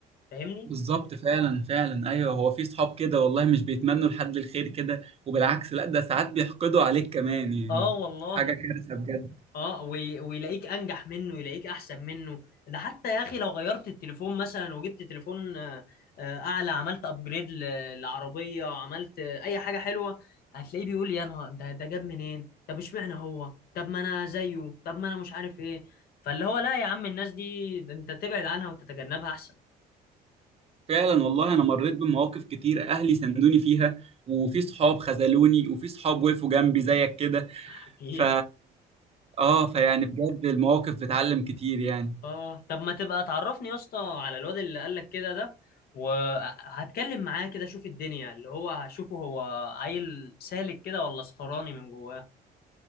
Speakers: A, on the left; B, on the right.
A: فاهمني
B: بالظبط فعلا فعلا ايوه هو في صحاب كده والله مش بيتمنوا لحد الخير كده وبالعكس لا ده ساعات بيحقدوا عليك كمان يعني
A: اه والله
B: حاجة كارثة بجد
A: اه وي- ويلاقيك انجح منه يلاقيك احسن منه ده حتى يا اخي لو غيرت التليفون مثلا وجبت تليفون آه، آه، اعلى عملت ابجريد للعربيه عملت آه، اي حاجه حلوه هتلاقيه بيقول يا نهار ده ده جاب منين طب اشمعنى هو طب ما انا زيه طب ما انا مش عارف ايه فاللي هو لا يا عم الناس دي ده انت تبعد عنها وتتجنبها احسن
B: فعلا والله انا مريت بمواقف كتير اهلي سندوني فيها وفي صحاب خذلوني وفي صحاب وقفوا جنبي زيك كده
A: <laughs>
B: ف اه فيعني بجد المواقف بتعلم كتير يعني
A: اه طب ما تبقى تعرفني يا اسطى على الواد اللي قالك كده ده وهتكلم معاه كده اشوف الدنيا اللي هو هشوفه هو عيل سالك كده ولا صفراني من جواه